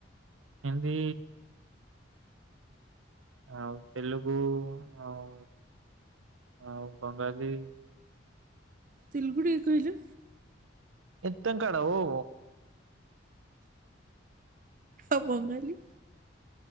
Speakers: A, on the right; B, on the right.
A: ହିନ୍ଦୀ। ଆଉ ତେଲୁଗୁ ଆଉ ଆଉ ବଙ୍ଗାଲି।
B: ତେଲୁଗୁ ଟିକେ କହିଲୁ?
A: ଏତେ ଙ୍କାଡୋ ଓ ଓ।
B: ଆଉ ବଙ୍ଗାଲି?